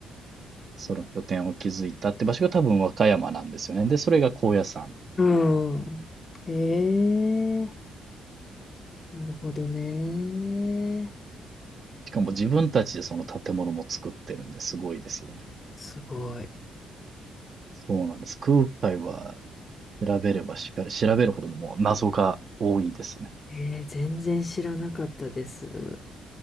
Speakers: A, on the right; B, on the left.
A: その拠点を築いたって場所が多分和歌山なんですよね。で、それが高野山。
B: うん。うん。へえ、なるほどね。
A: しかも自分たちでその建物も作ってるんですごいですよね。
B: すごい。
A: そうなんです。空海は調べればしっかり調べるほどのもう謎が多いですね。
B: えー、全然知らなかったです。